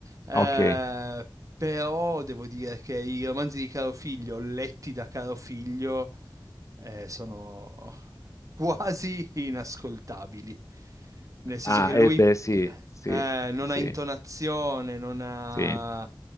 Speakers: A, on the right; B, on the left.
A: Eh,
B: ok.
A: però devo dire che i romanzi di Caro Figlio, letti da Caro Figlio, eh, sono quasi inascoltabili, nel senso
B: Ah,
A: che lui
B: e beh, sì, sì,
A: eh, non
B: sì,
A: ha intonazione, non ha,
B: sì.